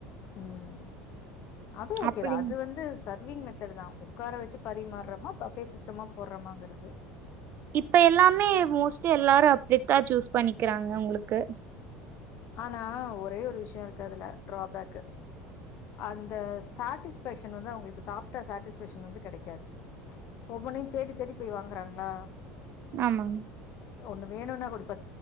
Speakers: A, on the left (about 45°); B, on the right (about 40°).
A: உம் அது ஓகே
B: அப்படி
A: அது வந்து சர்விங் தான் உட்கார வெச்சு பரிமாறுறமா பஃபே சிஸ்டமா போடுறமாங்கிறது
B: இப்ப எல்லாமே மோஸ்ட்லி எல்லாரும் அப்படித்தான் சூஸ் பண்ணிக்கிறாங்க உங்களுக்கு
A: ஆனா ஒரே ஒரு விஷயம் இருக் அதுல டிராபேக் அந்த சாட்டிஸ்பேக்ஷன் வந்து அவங்களுக்கு சாப்பிட்ட சாட்டிஸ்பேக்ஷன் வந்து கெடைக்காது ஒவ்வொனையும் தேடி தேடி போய் வாங்குறாங்களா
B: ஆமாங்
A: ஒண்ணு வேணும்னா கூட இப்ப